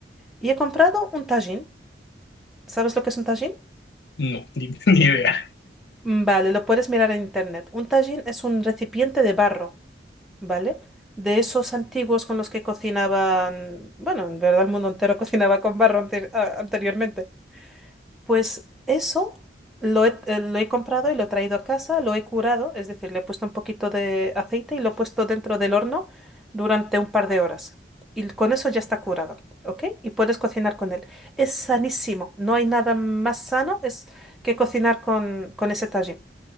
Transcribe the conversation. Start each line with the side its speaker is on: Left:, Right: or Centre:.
Centre: y he comprado un tajín. ¿Sabes lo que es un tajín?
Left: no, ni, ni idea.
Centre: Mm, Vale, lo puedes mirar en internet. Un tajín es un recipiente de barro, ¿vale? De esos antiguos con los que cocinaban, bueno, en verdad el mundo entero <laughs> cocinaba con barro ante- a- anteriormente. Pues eso lo he, eh, lo he comprado y lo he traído a casa, lo he curado, es decir, le he puesto un poquito de aceite y lo he puesto dentro del horno durante un par de horas. Y con eso ya está curado, ¿ok? Y puedes cocinar con él. Es sanísimo, no hay nada más sano es que cocinar con, con ese tajín.